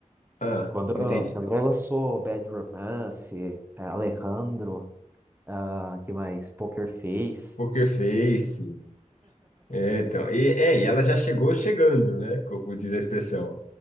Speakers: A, on the left; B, on the right.
A: ah,
B: Quando,
A: não entendi.
B: quando ela lançou Bad Romance, é, Alejandro, ah, que mais? Poker Face.
A: Poker Face, é, então, e, é, e ela já chegou chegando, né, como diz a expressão,